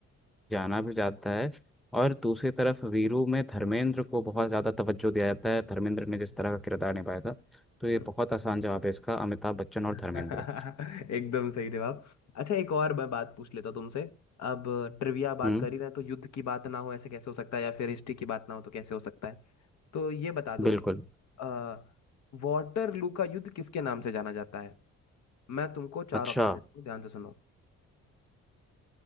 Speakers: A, in the centre; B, on the left (about 65°).
A: जाना भी जाता है और दूसरी तरफ वीरू में धर्मेंद्र को बहुत ज़्यादा तवज्जो दिया जाता है धर्मेंद्र
B: हम्म।
A: ने जिस तरह का किरदार निभाया था तो ये
B: हम्म।
A: बहुत आसान जवाब है इसका अमिताभ बच्चन
B: <laughs>
A: और धर्मेंद्र
B: एकदम सही जवाब अच्छा एक और मैं बात पूछ लेता हूं तुमसे अब ट्रिविया बात
A: हम्म
B: कर ही रहे हैं तो युद्ध की बात ना हो ऐसे कैसे हो सकता है या फिर हिस्ट्री की बात ना हो तो कैसे हो सकता है तो ये बता दो
A: बिल्कुल
B: अ, वाटरलू का युद्ध किसके नाम से जाना जाता है मैं तुमको
A: अच्छा
B: चार ऑप्शन देता हूँ ध्यान से सुनो